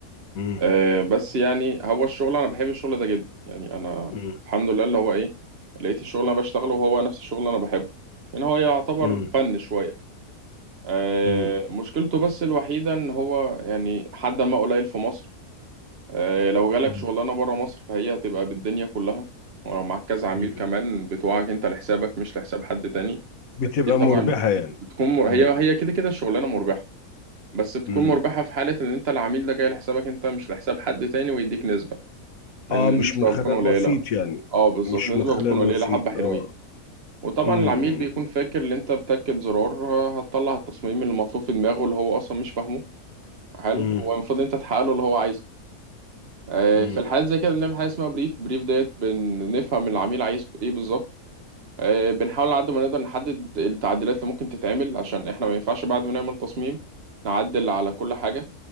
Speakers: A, on the left (about 65°); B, on the right (about 50°).
A: مم،
B: آه، بس يعني هو الشغل انا بحب الشغل ده جدا يعني انا
A: مم،
B: الحمد لله اللي هو ايه لقيت الشغل اللي انا بشتغله وهو نفس الشغل اللي انا بحبه يعني هو يعتبر
A: مم،
B: فن شويه آه،
A: مم،
B: مشكلته بس الوحيده ان هو يعني حد ما قليل في مصر آه، لو جالك
A: مم،
B: شغلانه بره مصر فهي هتبقى بالدنيا كلها ولو معاك كذا عميل
A: مم.
B: كمان بتوعك انت لحسابك مش لحساب حد تاني
A: بتبقى
B: دي طبعا
A: مربحة يعني
B: بتكون مر...
A: مم،
B: هي هي كده كده الشغلانه مربحه بس بتكون
A: مم.
B: مربحه في حاله ان انت العميل ده جاي لحسابك انت مش لحساب حد تاني ويديك نسبه لأن
A: اه
B: النسبة
A: مش من خلال
B: بتكون قليلة
A: وسيط يعني
B: اه بالظبط
A: مش
B: نسبة
A: من خلال
B: بتكون قليلة
A: وسيط
B: حبة حلوين
A: اه
B: وطبعا
A: مم،
B: العميل
A: مم،
B: بيكون فاكر ان انت بتاكد زرار آه، هتطلع التصميم اللي مطلوب في دماغه اللي هو اصلا مش فاهمه حاله
A: مم،
B: والمفروض انت تحقق له اللي هو عايزه آه،
A: مم.
B: في الحالات زي كده بنعمل حاجة اسمها بريف بريف ديت بنفهم العميل عايز ايه بالظبط آه، بنحاول على قد ما نقدر نحدد التعديلات اللي ممكن تتعمل عشان احنا ما ينفعش بعد ما نعمل تصميم نعدل على كل حاجة